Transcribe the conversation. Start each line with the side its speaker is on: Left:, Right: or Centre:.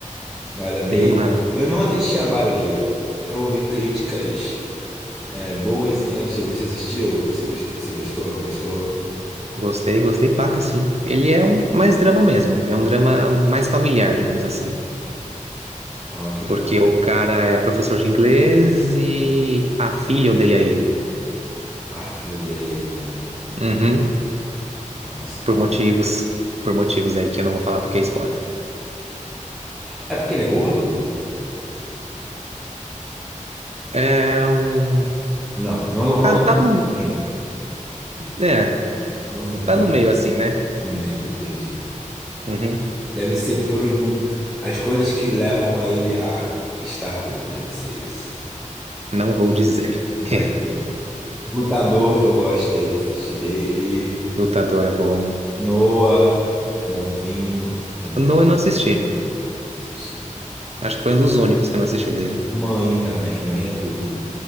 Centre: Olha, dei.
Right: Tem uma.
Centre: Eu não assisti A Baleia. Eu ouvi críticas é, boas e negativas. Você assistiu? Que Você gos- que você gostou, não gostou?
Right: Gostei, gostei, paca, sim. Ele é um mais drama mesmo, é um drama mais familiar, digamos assim.
Centre: Ah, que, que,
Right: Porque
Centre: que...
Right: o cara é professor de inglês e a filha odeia ele.
Centre: ah, filho dele é ele, né?
Right: Uhum.
Centre: Nossa.
Right: Por
Centre: ó.
Right: motivos, por motivos aí que eu não vou falar porque é spoiler.
Centre: É porque ele é gordo?
Right: É um.
Centre: Não, não,
Right: Tá,
Centre: não, não
Right: tá no.
Centre: tem.
Right: É,
Centre: Não, não simples
Right: tá no
Centre: é
Right: meio assim, né?
Centre: no meio, entendi.
Right: Uhum.
Centre: Deve ser por os, mu- as coisas que levam a ele a estar gordo, deve ser isso.
Right: Não vou dizer.
Centre: Não
Right: <laughs>
Centre: vai ter Lutador, eu gostei de assistir dele.
Right: Lutador é bom.
Centre: Noah é bonzinho também.
Right: No, eu não assisti.
Centre: Assisti, mas.
Right: Acho que foi um dos únicos que eu não assisti dele.
Centre: Mãe também, mãe é tudo.